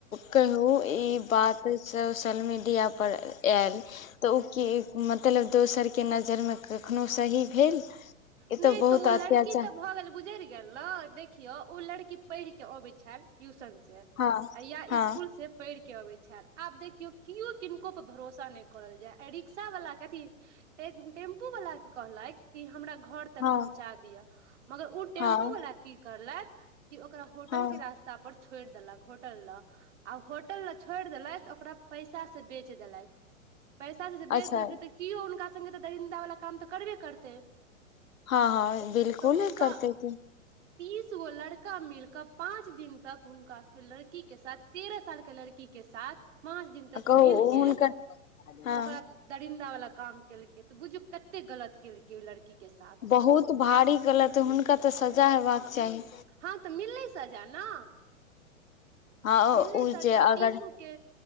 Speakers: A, on the left; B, on the right.
A: कहू ई बात सोशल मीडिय पर आईल तऽ ओ की मतलब दोसर कें नजरिमें कखनोहु सही भेल, ई
B: नहि
A: बहुत
B: तऽ ओ लड़की
A: अत्याचार
B: तऽ भऽ गेल गुजरि गेल नेय देखियौ ओ लड़की पढ़ि कें अबैछल ट्यूशन सें
A: हँ
B: या
A: हँ
B: स्कुल सें पढ़ि के अबैत छल, आब देखियौ केओ किनको पर भरोसा नहि करल जाय आ रिक्शा बला के अथी टेम्पू बला कें कहलैक कि हमरा घर तक
A: हँ
B: पहुँचा दिअ मगर ओ टेम्पू
A: हँ
B: बला की करलइथ कि ओकरा होटल
A: हँ
B: कें रास्ता पर छोड़ि देलक होटल लग आ होटल लग छोड़ देलथि ओकरा पैंसा से बेच देलथि पैसासँ जे बेच
A: अच्छा
B: देलकै तऽ किओ हुनका सङ्गे तऽ दरिन्दा बला काम तऽ करबेय करतै
A: हँ हँ बिलकुलेय
B: तऽ हुनका
A: करतैय कि
B: तीस गो लड़का मिलकें पाँच दिन तक हुनका लड़की के साथ तेरह साल के लड़की के साथ पाँच दिनतक
A: कहू
B: मिलके
A: ओ हुनकर हँ
B: ओकरा दरिन्दा बला काम केलकै तऽ बुझु कते गलत केलकै ओहि लड़की के साथ।
A: बहुत भारी गलत हुनका तऽ सजा हेबाक चाही।
B: हँ तऽ मिलले सजा ने।
A: हँ ओ
B: मिलले
A: ओ
B: सजा
A: जे अगर
B: तीसू के